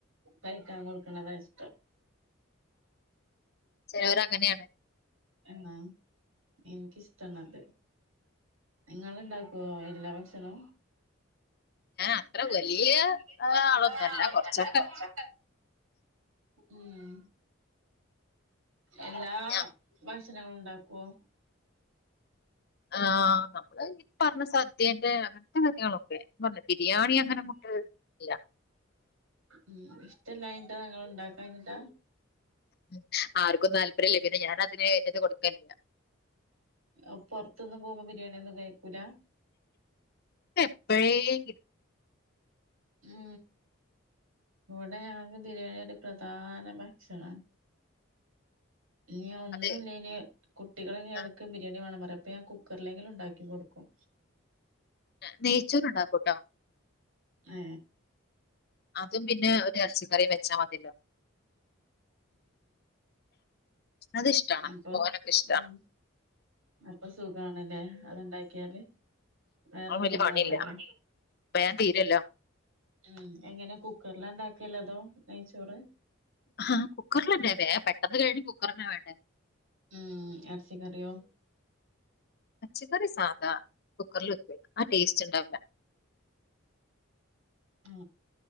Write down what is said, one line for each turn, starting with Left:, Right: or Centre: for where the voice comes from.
Right: കഴിക്കാൻ കൊടുക്ക്ണതാ ഇഷ്ടം.
Left: ചെലോര് അങ്ങന്യാണ്.
Right: ആഹ് ഇൻക്കിഷ്ടണത്. ഇങ്ങള് ഇണ്ടാക്കുവോ എല്ലാ ഭക്ഷണും?
Left: അത്ര
Right: ഞാൻ
Left: വലിയ
Right: <unintelligible> വലിയ
Left: ആളൊന്നുമല്ല
Right: ആളൊന്നല്ല
Left: കുറച്ചൊക്കെ
Right: കൊർച്ചൊക്കെ ഉം എല്ലാ
Left: ഞാ-
Right: ഭക്ഷണങ്ങളും ഉണ്ടാക്കുവോ?
Left: ആഹ് നമ്മള് ഇപ്പറഞ്ഞ സദ്യേൻ്റെ അങ്ങനത്തെ കാര്യങ്ങളൊ ഏ ന്ന് പറഞ്ഞ ബിരിയാണി അങ്ങനെ അങ്ങോട്ട് ഇല്ല
Right: ഉം ഇഷ്ല്ലാഞ്ഞിട്ടാ നിങ്ങൾ ഉണ്ടാക്കാഞ്ഞിട്ടാ
Left: ഉം ആർക്കും താല്പര്യല്ല പിന്നെ ഞാൻ അതിന് ഒരിത് കൊടുക്കലില്ല
Right: അപ്പൊ പുറത്തൊന്നും പോകുമ്പോ ബിരിയാണി ഒന്നും കഴിക്കൂല
Left: എപ്പെഴേങ്കില്
Right: ഉം ഇവിടെ ആകെ ബിരിയാണിയൊരു പ്രധാന ഭക്ഷണ നീ ഒന്നു
Left: അത്
Right: ഇല്ലെല് കുട്ടികള്
Left: ആ,
Right: എടക്ക് ബിരിയാണി വേണം പറയും അപ്പൊ ഞാൻ കുക്കറിലെങ്കിലും ഉണ്ടാക്കി കൊടുക്കും
Left: ആ നെയ്ചോറ് ഉണ്ടാക്കൂട്ടോ
Right: ഏ
Left: അതും പിന്നെ ഒരു എറച്ചിക്കറി വെച്ചാ മതിയല്ലോ അത് ഇഷ്ടമാണ്
Right: ഉം അപ്പൊ
Left: മോനൊക്കെ ഇഷ്ടമാണ്
Right: ഉം അപ്പൊ സുഖാണല്ലേ അത്ണ്ടാക്കിയാല് വേറൊന്നും
Left: അത് വലിയ പണിയില്ല
Right: വേണ്ടല്ലോ
Left: വേഗം തീരല്ലോ
Right: ഉം എങ്ങനെ കുക്കറില ഇണ്ടാക്കല് അതോ നെയ്ച്ചോറ്
Left: ആ കുക്കറിലെന്നെ വേം പെട്ടെന്ന് കഴിഞ്ഞ് കുക്കറന്നെ വേണ്ടേ
Right: ഉം എറച്ചി കറിയോ?
Left: എറച്ചിക്കറി സാദാ കുക്കറിൽ വെക്കോയ് ആ ടേസ്റ്റ് ഉണ്ടാവില്ല
Right: ആ